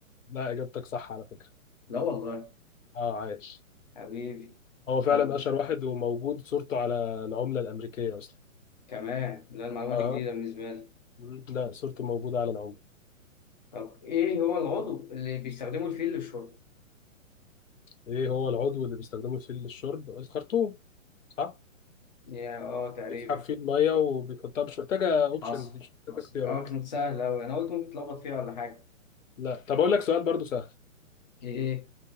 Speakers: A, on the left; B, on the left.
A: لا اجابتك صح على فكره
B: لا والله
A: اه عايش
B: حبيبي
A: هو فعلا
B: طب
A: اشهر واحد وموجود صورته على العمله الامريكيه اصلا
B: كمان لا المعلومة
A: اها
B: دي جديدة بالنسبة لي
A: مم. لا صورته موجوده على العمله
B: طب إيه هو العضو اللي بيستخدمه الفيل للشرب؟
A: ايه هو العضو اللي بيستخدمه في للشرب الخرطوم صح
B: يا آه تقريبا
A: بيسحب فيه الميه وبيحطها مش محتاجه اوبشنز
B: حصل
A: دي مش محتاجه
B: حصل
A: اختيارات
B: آه كانت سهلة أوي أنا قلت ممكن تلخبط فيها ولا حاجة
A: لا طب اقول لك سؤال برضو سهل
B: ايه